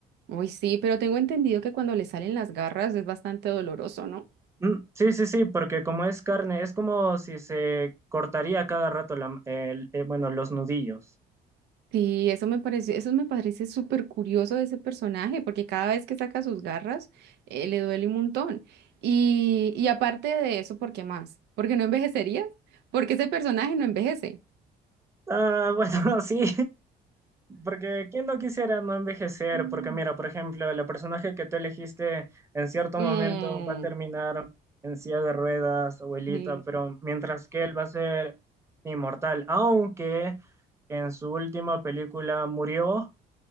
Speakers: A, on the right (about 80°); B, on the right (about 15°).
A: Uy, sí, pero tengo entendido que cuando le salen las garras es bastante doloroso, ¿no?
B: Mm, Sí, sí, sí, porque como es carne, es como si se cortaría cada rato la, el- eh, bueno, los nudillos.
A: Sí, eso me pareció, eso me parece súper curioso de ese personaje, porque cada vez que saca sus garras, eh, le duele un montón. Y, y aparte de eso, ¿por qué más? ¿Porque no envejecería? Porque ese personaje no envejece.
B: Ah, bueno, <laughs> sí, porque quién no quisiera no envejecer,
A: Mm.
B: porque mira, por ejemplo, el personaje que tú elegiste en cierto
A: Mm,
B: momento va a terminar en silla de ruedas, abuelita,
A: eh,
B: pero mientras que él va a ser inmortal, aunque en su última película murió,